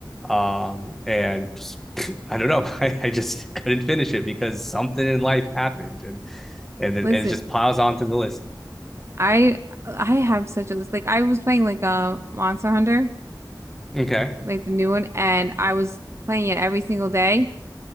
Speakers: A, in the centre; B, on the right.
A: Um, and just, <laughs> I don't know, <laughs> I, I just couldn't finish it because something in life happened, and and it-
B: Listen,
A: and it just piles onto the list.
B: I I have such a list. Like I was playing like a Monster Hunter,
A: Okay.
B: like the new one, and I was playing it every single day.